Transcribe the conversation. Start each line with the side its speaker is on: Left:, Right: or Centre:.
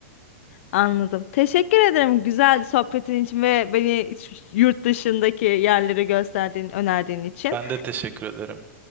Left: Anladım. Teşekkür ederim güzel sohbetin için ve beni yurt dışındaki yerleri gösterdiğin, önerdiğin için.
Right: Ben de teşekkür ederim.